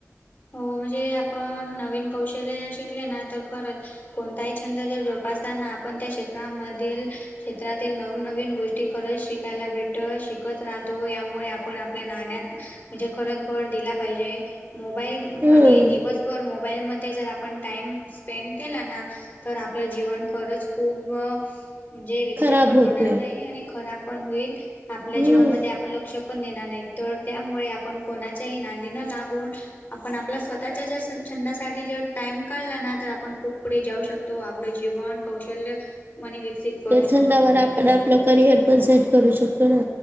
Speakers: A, on the left (about 40°); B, on the right (about 40°).
A: हो म्हणजे आपण नवीन कौशल्य शिकले ना तर खरं कोणताही छंद जर जोपासताना आपण त्या क्षेत्रामधील क्षेत्रातील नवनवीन गोष्टी खरंच शिकायला भेट तर शिकत राहतो यामुळे आपण आपल्या नाण्यात म्हणजे खरंच भर दिला पाहिजे. मोबाईल
B: हं
A: आणि दिवसभर मोबाईल म जर आपण टाईम स्पेंड केला ना तर आपलं जीवन खरंच खूप म्हणजे विकसित
B: खराब
A: पण
B: होते
A: होणार नाय आणि खराब पण होईल आपल्या
B: हम्म
A: जीवनमध्ये आपण लक्ष पण देणार नाही. तर त्यामुळे आपण कोणाच्याही नांदना लागून आपण आपला स्वतःच्या जर छंदासाठी जर टाइम काढला ना तर आपण खूप पुढे जाऊ शक तो. आपलं जीवन कौशल्य मनि विकसित करू
B: त्या छंदवर
A: शकतो
B: आपण आपलं करिअर पण सेट करू शकतो ना.